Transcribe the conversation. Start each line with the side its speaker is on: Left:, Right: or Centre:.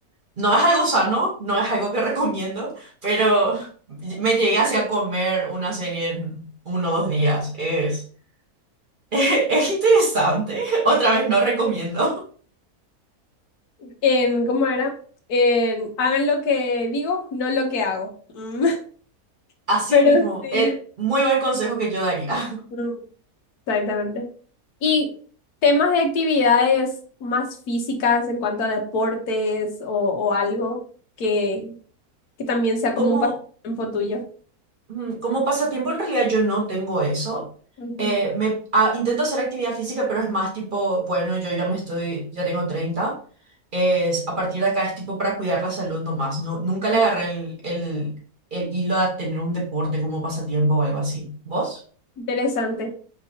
Right: No es algo sano, no es algo que recomiendo, pero me llegué hacia comer una serie en uno o dos días. Es, <laughs> es, interesante. Otra vez no recomiendo.
Left: En, ¿cómo era? En, hagan lo que digo, no lo que hago. Mm, <laughs>
Right: Así
Left: Pero
Right: mismo,
Left: sí.
Right: eh, muy buen consejo que yo daría.
Left: Mm, Exactamente. Y temas de actividades más físicas en cuanto a deportes o, o algo que, que también
Right: <laughs>
Left: sea
Right: Como
Left: como un pasatiempo tuyo.
Right: Mm, Como pasatiempo, en realidad yo no tengo eso.
Left: Ujú.
Right: Eh, me, ah, intento hacer actividad física, pero es más tipo, bueno, yo ya me estoy, ya tengo treinta Es, a partir de acá es tipo para cuidar la salud nomás. No, nunca
Left: Mm,
Right: le agarré el, el, el hilo a tener un deporte como pasatiempo o algo así. ¿Vos? <laughs>
Left: Interesante.